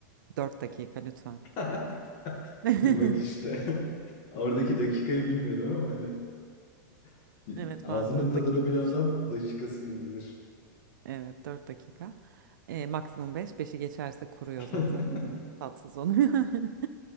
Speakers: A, on the right; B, on the left.
A: 4 dakika lütfen.
B: <laughs>
A: <laughs>
B: Bak işte. <laughs> Oradaki dakikayı bilmiyordum ama hani <laughs>
A: Evet
B: ağzının
A: ben 4
B: tadını
A: dakika
B: bilen
A: bir
B: adam
A: şey.
B: dakikasını bilir.
A: Evet 4 dakika. Ee, maksimum beş beşi geçerse kuruyor
B: <laughs>
A: zaten. Hani tatsız oluyor. <laughs>